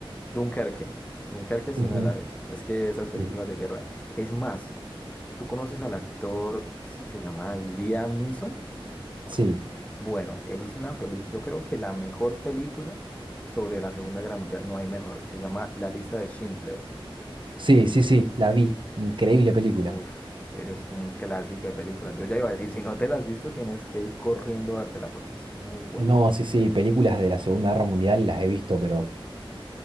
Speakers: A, on the left; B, on the right.
A: Dunkerque, Dunkerque sí
B: Ujú,
A: me la aviso, es que esas películas
B: ujú.
A: de guerra, es más, ¿tú conoces al actor, es que se llama Liam Neeson?
B: Sí,
A: Bueno, él hizo una película, yo creo que la mejor película sobre la Segunda Guerra Mundial, no hay mejor, y se llama La lista de Schindler.
B: sí, sí, sí, la vi. Increíble película.
A: Uf, es un clásico de película. Yo ya iba a decir, si no te la has visto, tienes que ir corriendo a dártela porque es muy buena.
B: No, sí, sí, películas de la Segunda Guerra Mundial las he visto, pero